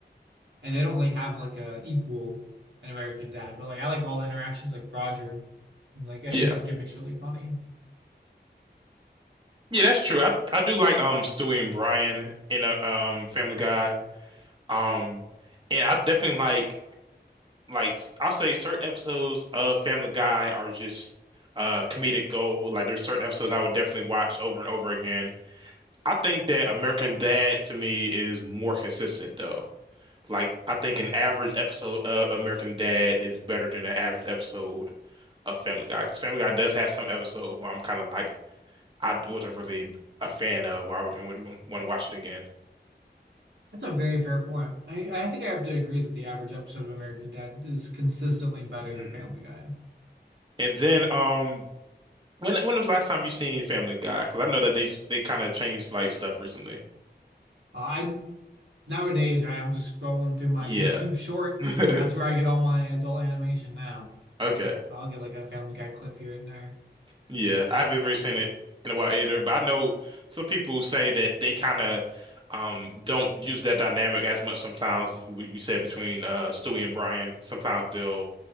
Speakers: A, on the right; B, on the right.
A: and they don't really have like a equal in American Dad. But like I like all the interactions, like Roger, like I
B: Yeah.
A: think his gimmick's really funny.
B: Yeah, that's true. I I do like um Stewie and Brian in a um Family Guy. Um and I definitely like like I'll say certain episodes of Family Guy are just uh comedic gold. Like there's certain episodes I would definitely watch over and over again. I think that American Dad to me is more consistent though. Like I think an average episode of American Dad is better than an average episode of Family Guy because Family Guy does have some episodes where I'm kind of like I wasn't really a fan of, or I wouldn't, wouldn't want to watch it again.
A: That's a very fair point. I I think I have to agree that the average episode of American Dad is consistently better
B: Mhm.
A: than Family Guy.
B: And then, um, when when was the last time you seen Family Guy? Because I know that they they kind of changed like stuff recently.
A: Uh, I nowadays right, I'm just scrolling through my
B: Yeah.
A: YouTube shorts,
B: <laughs>
A: and that's where I get all my adult animation now.
B: Okay.
A: I'll get like a Family Guy clip here and there.
B: Yeah, I haven't really seen it in a while either, but I know some people say that they kind of um don't use that dynamic as much sometimes. We, we said between uh Stewie and Brian, sometimes they'll